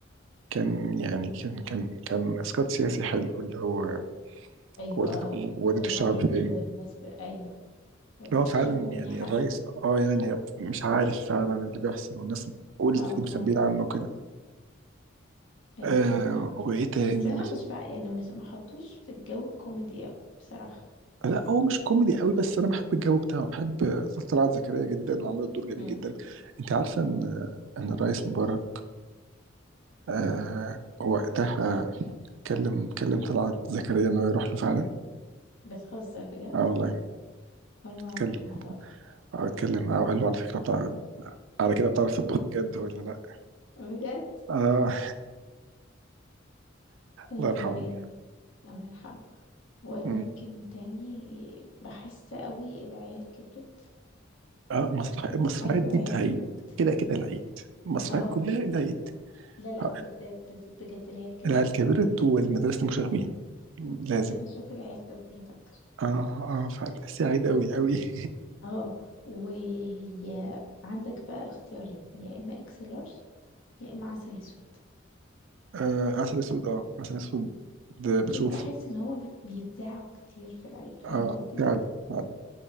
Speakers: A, on the right; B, on the left.
A: كان يعني كان كان كان اسقاط سياسي حلو اللي هو
B: ايوه
A: وديته
B: اه
A: وديته
B: الريس
A: الشعب فين
B: والناس ب... ايوه والدته
A: هو فعلا
B: عارفيني
A: يعني
B: حسن
A: الرئيس اه يعني هي مش عارف فعلا اللي بيحصل والناس بتقول
B: اه
A: كتير مخبيين
B: اه
A: عنه كده
B: ايوه
A: آه
B: فاهمك
A: وايه تاني
B: بس انا
A: مثلا
B: مش بقى يعني مش محطوش في الجو الكوميدي اوي بصراحه
A: لا هو مش كوميدي قوي بس انا بحب الجو بتاعه بحب طلعت زكريا جدا وعملت دور جميل
B: امم
A: جدا انت عارفه ان ان الرئيس مبارك آه وقتها كلم كلم طلعت زكريا ان هو يروح له فعلا
B: بتهزر بجد
A: اه والله
B: اول مره
A: اتكلم
B: اعرف الموضوع ده
A: اه اتكلم اه قال له على فكره بتاع على كده بتعرف تطبخ بجد ولا لا
B: بجد
A: اه
B: ايوه
A: الله يرحمه
B: ايه الله يرحمه وممكن
A: مم.
B: تاني بحس قوي العيال كبرت
A: اه مسرحيات
B: مسرحيه
A: المسرحيات دي
B: العيال
A: بتاع عيد
B: كبرت
A: كده كده العيد المسرحيات
B: اه
A: كلها العيد
B: لا لا
A: آه،
B: بالذات بالذات بجد العيال كبرت
A: العيال كبرت والمدرسة المشاغبين لازم
B: بس بشوف العيال كبرت اكتر
A: اه اه فعلا تحسيها عيد قوي قوي <laughs>
B: اه وعندك بقى اختيارين يا اما اكس لارج يا اما عسل اسود
A: آه عسل اسود اه عسل اسود ده
B: دول
A: بشوفه
B: بحس ان هما بي- بيتذاعوا كتير في العيد
A: اه
B: فاهم قصدي
A: فعلا فعلا